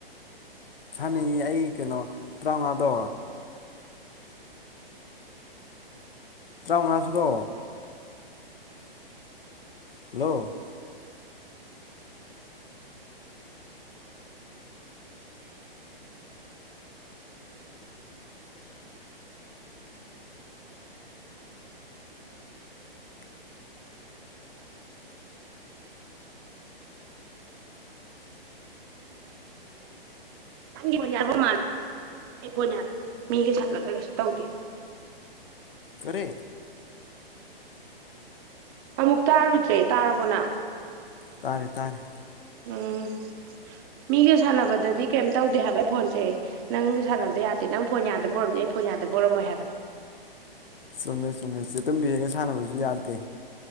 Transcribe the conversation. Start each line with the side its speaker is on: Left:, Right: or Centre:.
Left: ꯁꯥꯅꯤꯡꯉꯤ ꯑꯩ ꯀꯩꯅꯣ ꯇꯔꯥꯃꯉꯥꯗꯣ ꯇꯔꯥꯃꯉꯥꯁꯨꯗꯣ ꯍꯜꯂꯣ
Right: ꯅꯪꯒꯤ ꯄꯣꯟ ꯌꯥ ꯃꯥꯜꯂ ꯄꯣꯟ ꯃꯤꯒ ꯁꯠꯅꯕꯗꯒꯩ ꯇꯧꯗꯦꯕ
Left: ꯈꯔꯦ
Right: ꯑꯃꯨꯛ ꯇꯥꯔꯨꯗ꯭ꯔꯦ ꯇꯥꯔꯕꯅ
Left: ꯇꯥꯔꯦ ꯇꯥꯔꯦ
Right: ꯎꯝ ꯃꯤꯒ ꯁꯥꯟꯅꯕꯗꯗꯤ ꯀꯩꯝ ꯇꯧꯗꯦ ꯍꯥꯏꯕ ꯑꯩ ꯐꯣꯟꯁꯦ ꯅꯪꯁꯨ ꯁꯥꯟꯅꯕꯗꯣ ꯌꯥꯗꯦ ꯅꯪ ꯐꯣꯟ ꯌꯥꯗꯕ ꯑꯣꯏꯔꯝꯅꯦ ꯑꯩ ꯐꯣꯟ ꯌꯥꯗꯕ ꯑꯣꯏꯔꯝꯃꯣꯏ ꯍꯥꯏꯕ
Left: ꯆꯨꯝꯃꯦ ꯆꯨꯝꯃꯦ ꯆ ꯇꯨꯝꯕꯤꯔꯒ ꯁꯥꯟꯅꯕꯁꯨ ꯌꯥꯗꯦ